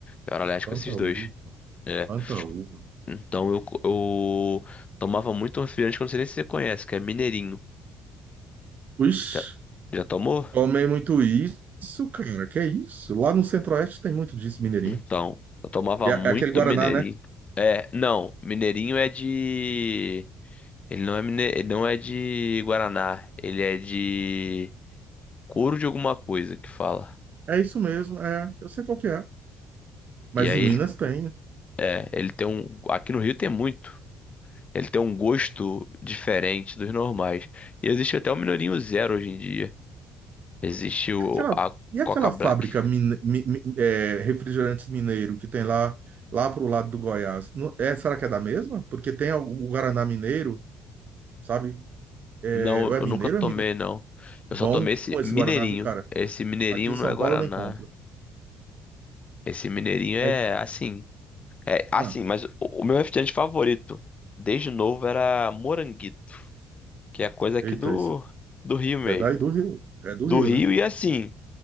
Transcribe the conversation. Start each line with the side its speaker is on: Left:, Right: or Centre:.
Left: Eu era alérgico
Right: Quanta
Left: a esses dois.
Right: uva,
Left: É.
Right: quanta uva.
Left: Então eu, eu tomava muito refrigerante que eu não sei nem se você conhece, que é Mineirinho.
Right: Ixi,
Left: Já, já tomou?
Right: tomei muito isso, cara. Que é isso? Lá no Centro-Oeste tem muito disso, mineirinho.
Left: Então, eu tomava
Right: é, é
Left: muito
Right: aquele Guaraná,
Left: Mineirinho.
Right: né?
Left: É, não, Mineirinho é de. Ele não é, mine... ele não é de Guaraná, ele é de couro de alguma coisa que fala.
Right: É isso mesmo, é. Eu sei qual que é. Mas
Left: E aí
Right: em Minas
Left: ele,
Right: tem.
Left: é, ele tem um. Aqui no Rio tem muito. Ele tem um gosto diferente dos normais. E existe até o Mineirinho Zero hoje em dia. Existe o,
Right: E aquela,
Left: a
Right: e aquela
Left: Coca Black.
Right: fábrica mine, mi- mi- é, refrigerantes mineiro que tem lá, lá pro lado do Goiás? Não- é, será que é da mesma? Porque tem o, o Guaraná mineiro, sabe? É,
Left: Não,
Right: ou é
Left: eu
Right: mineiro,
Left: nunca tomei,
Right: ou é mineiro.
Left: não. Eu
Right: Bom
Left: só tomei esse
Right: esse
Left: mineirinho.
Right: Guaraná, viu, cara?
Left: Esse mineirinho
Right: Aqui em São
Left: não é Guaraná.
Right: Paulo eu não encontro.
Left: Esse mineirinho é
Right: Aí-
Left: assim. É assim,
Right: ah,
Left: mas o, o meu refrigerante favorito, desde novo, era Moranguito, que é coisa aqui
Right: eita,
Left: do,
Right: isso.
Left: do Rio mesmo.
Right: É daí do Rio. É do
Left: Do
Right: Rio,
Left: Rio
Right: né?
Left: e assim,